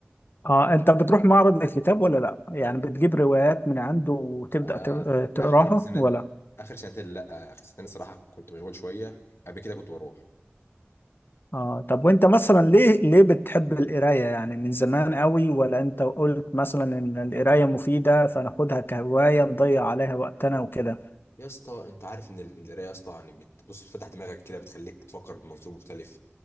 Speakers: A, on the left; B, on the left.
A: اه انت بتروح معرض الكتاب ولا لا يعني بتجيب روايات من عنده وتبدا
B: آه
A: ت- آه، تقراها
B: اخر سنة
A: ولا
B: اخر سنتين لا اخر سنتين الصراحه كنت مشغول شويه قبل كده كنت بروح
A: اه طب وانت مثلا ليه ليه بتحب القرايه يعني من زمان قوي ولا انت قلت مثلا ان القرايه مفيده فناخدها كهوايه نضيع عليها وقتنا وكده
B: يا اسطى انت عارف ان ال- القرايه يا اسطى يعني بتبص بتفتح دماغك كده بتخليك تفكر بمنظور مختلف